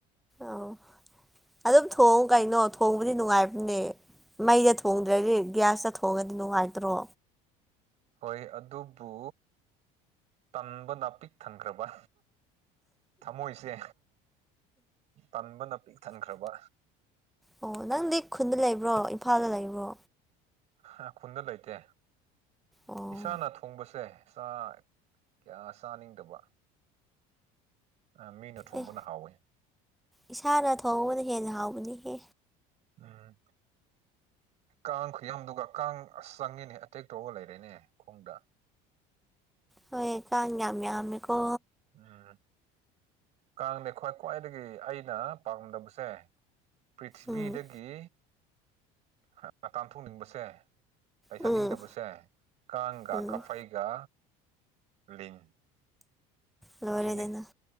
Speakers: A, in the centre; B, on the right.
A: ꯑꯧ ꯑꯗꯨꯝ ꯊꯣꯡꯉꯨ ꯀꯩꯅꯣ ꯊꯣꯡꯕꯗꯤ ꯅꯨꯡꯉꯥꯏꯕꯅꯦ ꯃꯩꯗ ꯊꯣꯡꯗ꯭ꯔꯗꯤ ꯒ꯭ꯌꯥꯁꯇ ꯊꯣꯡꯉꯗꯤ ꯅꯨꯡꯉꯥꯏꯇ꯭ꯔꯣ꯫
B: ꯍꯣꯏ ꯑꯗꯨꯕꯨ ꯇꯟꯕꯄ ꯄꯤꯛ ꯊꯟꯈ꯭ꯔꯕ꯫ ꯊꯃꯣꯏꯁꯦ ꯇꯟꯕꯅ ꯄꯤꯛ ꯊꯟꯈ꯭ꯔꯕ꯫
A: ꯑꯣ ꯅꯪꯗꯤ ꯈꯨꯟꯗ ꯂꯩꯕ꯭ꯔꯣ ꯏꯝꯐꯥꯜꯗ ꯂꯩꯕ꯭ꯔꯣ꯫
B: ꯍ ꯈꯨꯟꯗ ꯂꯩꯇꯦ
A: ꯑꯣ
B: ꯏꯁꯥꯅ ꯊꯣꯡꯕꯁꯦ ꯆꯥꯛ ꯀꯌꯥ ꯆꯥꯅꯤꯡꯗꯕ ꯑ ꯃꯤꯅ ꯊꯣꯡꯕꯅ
A: ꯑꯦ
B: ꯍꯥꯎꯋꯦ꯫
A: ꯏꯁꯥꯅ ꯊꯣꯡꯕꯅ ꯍꯦꯟꯅ ꯍꯥꯎꯕꯅꯦꯍꯦ꯫
B: ꯎꯝ ꯀꯥꯡ ꯈꯨꯌꯥꯝꯗꯨꯒ ꯀꯥꯡ ꯑꯁ ꯆꯪꯉꯦꯅꯦ ꯑꯦꯇꯦꯛ ꯇꯧꯔꯒ ꯂꯩꯔꯦꯅꯦ ꯈꯣꯡꯗ꯫
A: ꯍꯣꯏ ꯀꯥꯡ ꯌꯥꯝ ꯌꯥꯝꯃꯦꯀꯣ꯫
B: ꯎꯝ ꯀꯥꯡꯅꯦ ꯈ꯭ꯋꯥꯏ ꯈ꯭ꯋꯥꯏꯗꯒꯤ ꯑꯩꯅ ꯄꯥꯝꯗꯕꯁꯦ꯫ ꯄ꯭ꯔꯤꯊꯤꯕꯤꯗꯒꯤ
A: ꯎꯝ
B: <inaudible> ꯇꯥꯟꯊꯣꯛꯅꯤꯡꯕꯁꯦ꯫ ꯂꯩꯍꯟꯅꯤꯡꯗꯕꯁꯦ
A: ꯎꯝ
B: ꯀꯥꯡꯒ
A: ꯎꯝ
B: ꯀꯥꯛꯐꯩꯒ ꯂꯤꯟ꯫
A: ꯂꯣꯏꯔꯦꯗꯅ꯫
B: ꯑꯁꯤꯅꯤ